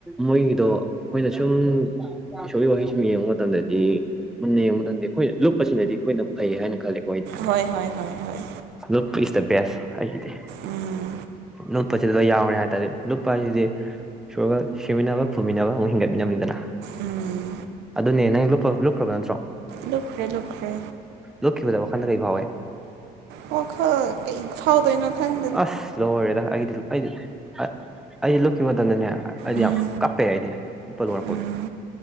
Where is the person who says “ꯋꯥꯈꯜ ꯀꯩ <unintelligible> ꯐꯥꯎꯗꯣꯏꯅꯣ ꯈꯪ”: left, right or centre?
Right